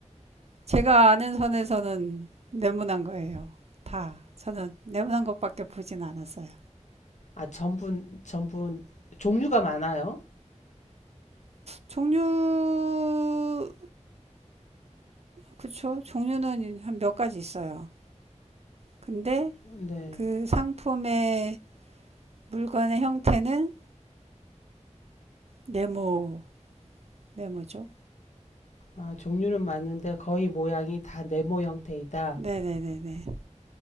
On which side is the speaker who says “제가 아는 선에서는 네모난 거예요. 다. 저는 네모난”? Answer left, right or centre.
Right